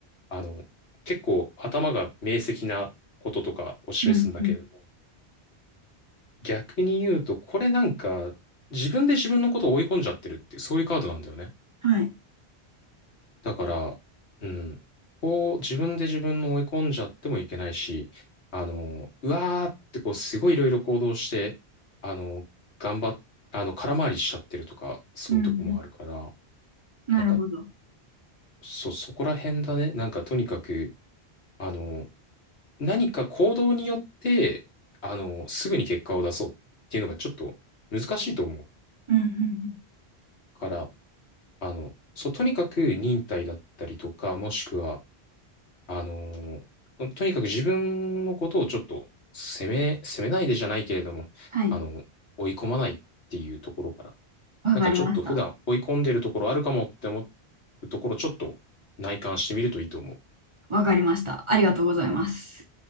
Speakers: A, on the left (about 80°); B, on the right (about 35°).
A: あの、結構頭が明晰なこととかを示すんだけれども、
B: うんうん。
A: 逆に言うと、これなんか自分で自分のことを追い込んじゃってるっていう、そういうカードなんだよね。
B: はい。
A: だから、うん、こう自分で自分の追い込んじゃってもいけないし、あの、うわーってこうすごいいろいろ行動して、あの、頑張っ、あの、空回りしちゃってるとか、そういうとこもあるから、
B: うんうん。なるほど。
A: なんか、そ、そこら辺だね。なんかとにかく、あの、何か行動によって、あの、すぐに結果を出そうっていうのがちょっと難しいと思う
B: うんうんうん。
A: から、あの、そう、とにかく忍耐だったりとか、もしくは、あのーとにかく自分のことをちょっと責め、責めないでじゃないけれども、
B: はい。
A: あの、追い込まないっていうところから、
B: わかりました。
A: なんかちょっと普段追い込んでるところあるかもって思うところ、ちょっと内観してみるといいと思う。
B: わかりました。ありがとうございます。